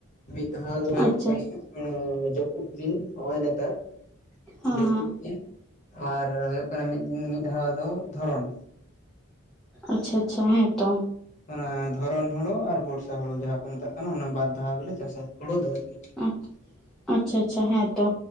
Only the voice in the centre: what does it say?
ᱟᱪᱪᱷᱟ
ᱟᱪᱪᱷᱟ
ᱦᱮᱸ
ᱦᱮᱸ
ᱟᱪᱪᱷᱟ ᱟᱪᱪᱷᱟ ᱦᱮᱸ ᱛᱚ᱾
ᱟᱭ ᱟᱪᱪᱷᱟ ᱟᱪᱪᱷᱟ ᱦᱮᱸ ᱛᱚ᱾